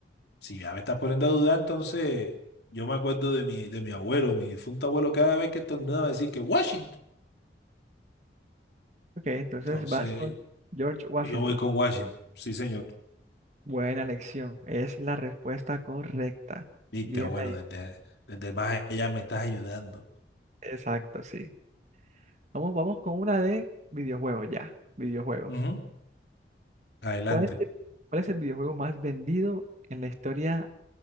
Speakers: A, on the left; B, on the right.
A: si ya me estás poniendo a dudar, entonces yo me acuerdo de mi, de mi abuelo, mi difunto abuelo, cada vez que estornudaba decir que Washington.
B: Ok, entonces
A: Entonces
B: vas con George Washington.
A: Yo voy con Washington. Sí, señor.
B: Buena elección. Es la respuesta correcta.
A: Viste,
B: Bien
A: abuelo,
B: ahí.
A: desde, desde el más allá me estás ayudando.
B: Exacto, sí. Vamos, vamos con una de videojuegos ya. Videojuegos.
A: Ujú. Adelante.
B: ¿Cuál es el, cuál es el videojuego más vendido en la historia